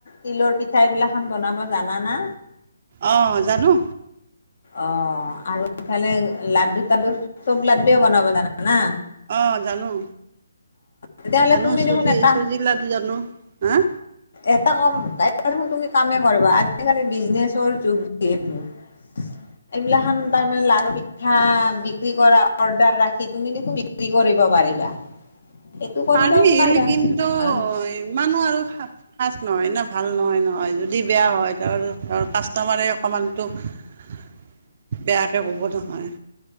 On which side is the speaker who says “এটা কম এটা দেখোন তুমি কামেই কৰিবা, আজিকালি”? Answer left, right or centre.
Left